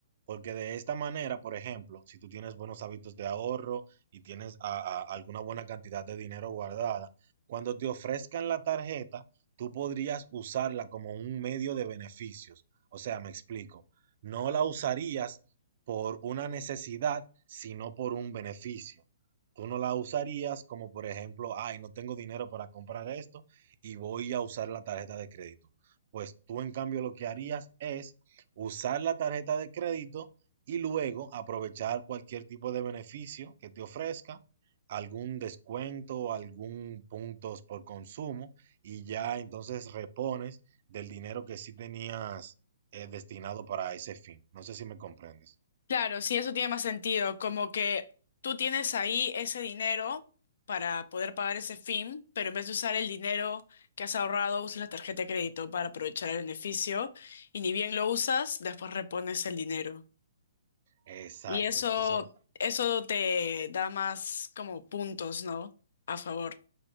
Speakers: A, on the right (about 50°); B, on the left (about 60°).
A: Porque de esta manera, por ejemplo, si tú tienes buenos hábitos de ahorro y tienes a- a- alguna buena cantidad de dinero guardada, cuando te ofrezcan la tarjeta, tú podrías usarla como un medio de beneficios. O sea, me explico, no la usarías por una necesidad, sino por un beneficio. Tú no la usarías como, por ejemplo, ay, no tengo dinero para comprar esto y voy a usar la tarjeta de crédito. Pues tú, en cambio, lo que harías es usar la tarjeta de crédito y luego aprovechar cualquier tipo de beneficio que te ofrezca, algún descuento, algún puntos por consumo y ya entonces repones del dinero que sí tenías eh, destinado para ese fin. No sé si me comprendes.
B: Claro, sí, eso tiene más sentido, como que tú tienes ahí ese dinero para poder pagar ese fin, pero en vez de usar el dinero que has ahorrado, usas la tarjeta de crédito para aprovechar el beneficio y ni bien lo usas, después repones el dinero.
A: Exacto,
B: Y eso,
A: eso,
B: eso te da más como puntos, ¿no? A favor.